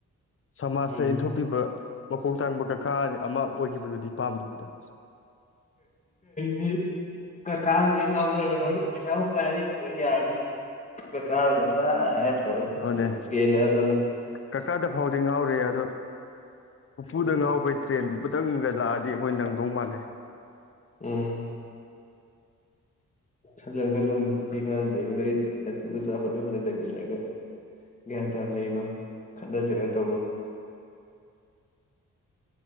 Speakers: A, on the left; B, on the left.
A: ꯁꯃꯥꯖꯇ
B: ꯎꯝ
A: ꯏꯟꯊꯣꯛꯄꯤꯕ ꯃꯈꯣꯛ ꯊꯥꯡꯕ ꯀꯀꯥ ꯑꯃ ꯑꯣꯏ ꯗꯨꯗꯤ ꯄꯥꯝꯗꯕꯗ
B: ꯗꯤ ꯀꯀꯥ ꯂꯣꯏ ꯉꯥꯎꯗ꯭ꯔꯅꯤ ꯃꯔ ꯄꯩꯁꯥꯕꯨ ꯄꯥꯏꯔꯗꯤ ꯂꯣꯏ ꯌꯥꯔꯅꯤ ꯀꯥ ꯍꯥꯏ ꯇꯂ
A: ꯑꯗꯨꯅꯦ
B: ꯑꯗꯨ
A: ꯀꯀꯥꯗ ꯐꯥꯎꯗꯤ ꯉꯥꯎꯔꯤ ꯑꯗꯣ ꯎꯄꯨꯗ
B: ꯎꯝ
A: ꯉꯥꯎꯕꯩ ꯇ꯭ꯔꯦꯟꯗꯨ ꯇꯪꯒ ꯂꯥꯛꯑꯗꯤ ꯑꯩꯈꯣꯏ ꯅꯪꯗꯧ ꯃꯥꯜꯂꯦ
B: ꯎꯝ ꯈꯠꯅꯅꯨ ꯈꯠꯅꯨ ꯅꯨꯄꯤ ꯑꯉꯥꯡ ꯂꯩꯕ ꯅꯣꯏ ꯅꯇꯨ ꯅꯆꯥ ꯐꯖ ꯐꯖꯅ ꯂꯩꯃꯤꯟꯅꯔꯒ ꯒ꯭ꯌꯥꯟ ꯇꯥꯅ ꯂꯩꯃꯤꯅꯧ ꯈꯠꯅ ꯆꯩꯅ ꯇꯧꯒꯅꯨ